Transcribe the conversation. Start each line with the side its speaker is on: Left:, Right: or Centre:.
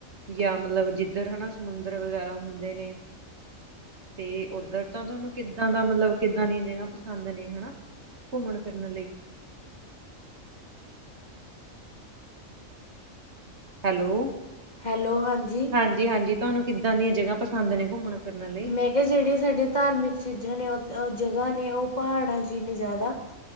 Right: ਜਾਂ ਮਤਲਬ ਜਿੱਧਰ ਹੈ ਨਾ ਸਮੁੰਦਰ ਵਗੈਰਾ ਹੁੰਦੇ ਨੇ ਤੇ ਓਧਰ ਤਾਂ ਤੁਹਾਨੂੰ ਕਿੱਦਾਂ ਦਾ ਮਤਲਬ ਕਿੱਦਾਂ ਦੀਆਂ ਜਗ੍ਹਾ ਪਸੰਦ ਨੇ ਹੈ ਨਾ? ਘੁੰਮਣ ਫਿਰਨ ਲਈ।
Left: <inaudible>
Right: ਹੈਲੋ।
Left: ਹੈਲੋ ਹਾਂਜੀ।
Right: ਹਾਂਜੀ-ਹਾਂਜੀ ਤੁਹਾਨੂੰ ਕਿੱਦਾਂ ਦੀਆਂ ਜਗ੍ਹਾ ਪਸੰਦ ਨੇ ਘੁੰਮਣ ਫਿਰਨ ਲਈ
Left: ਮੈਂ ਕਿਹਾ ਜਿਹੜੀਆਂ ਸਾਡੇ ਧਾਰਮਿਕ ਚੀਜ਼ਾਂ ਨੇ ਉਹ ਜਗ੍ਹਾ ਨੇ ਉਹ ਪਹਾੜਾਂ ਚ ਹੀ ਨੇ ਜ਼ਿਆਦਾ।